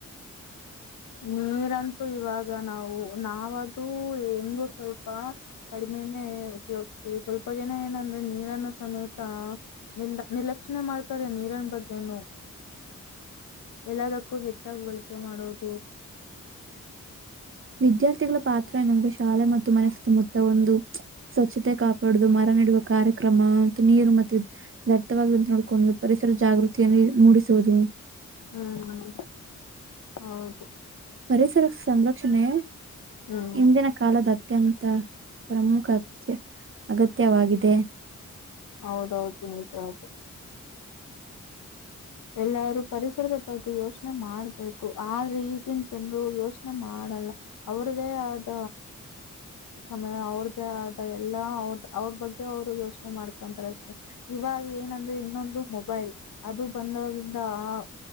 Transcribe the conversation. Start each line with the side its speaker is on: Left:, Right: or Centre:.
Left: ನೀರಂತೂ ಇವಾಗ ನಾವು ನಾವದುೂ ಹೆಂಗು ಸ್ವಲ್ಪ ಕಡಿಮೆನೇ ಉಪಯೋಗ್ಸ್ತೀವಿ ಸ್ವಲ್ಪ ಜನ ಏನಂದ್ರೆ ನೀರನ್ನ ಸಮೇತ ನಿರ್ಲ ನಿರ್ಲಕ್ಷಣೆ ಮಾಡ್ತಾರೆ ನೀರನ ಬಗ್ಗೆೇನು ಎಲ್ಲದಕ್ಕೂ ಹೆಚ್ಚಾಗಿ ಬಳಕೆ ಮಾಡೋದು ಹ
Right: ವಿದ್ಯಾರ್ಥಿಗಳ ಪಾತ್ರ ಏನಂದ್ರೆ ಶಾಲೆ ಮತ್ತು ಮನೆ ಸುತ್ತಮುತ್ತ ಒಂದು ಸ್ವಚ್ಛತೆ ಕಾಪಾಡುದು ಮರ ನೆಡುವ ಕಾರ್ಯಕ್ರಮ ಮತ್ತು ನೀರು ಮತ್ತು ವ್ಯರ್ಥವಾಗದಂತೆ ನೋಡ್ಕೊಂಡು ಪರಿಸರ ಜಾಗೃತಿಯನ್ನು ಮೂಡಿಸೋುದು
Left: ಹ್ಮ್ ಹ್ಮ್ ಹೌದು
Right: ಪರಿಸರ ಸಂರಕ್ಷಣೆ
Left: ಹ್ಮ್
Right: ಇಿಂದಿನ ಕಾಲದ ಅತ್ಯಂತ ಪ್ರಮುಖ ಅತ್ಯ ಅಗತ್ಯವಾಗಿದೆ
Left: ಹೌದೌದು ನಿಜ ಅದು ಎಲ್ಲಾರೂ ಪರಿಸರದ ಬಗ್ಗೆ ಯೋಚನೆ ಮಾಡ್ಬೇಕು ಆದ್ರೆ ಈಗಿನ ಜನರು ಯೋಚನೆ ಮಾಡಲ್ಲ ಅವ್ರ್ದೇ ಆದ ಸಮಯ ಅವ್ರ್ದೇ ಆದ ಎಲ್ಲ ಅವ್ರ ಅವ್ರ ಬಗ್ಗೆ ಅವ್ರು ಯೋಚನೆ ಮಾಡ್ಕೊಂತಾರೆ ಅಷ್ಟೆ ಇವಾಗ ಏನಂದ್ರೆ ಇನ್ನೊಂದು ಮೊಬೈಲ್ ಅದು ಬಂದ್ರಂದ ಆ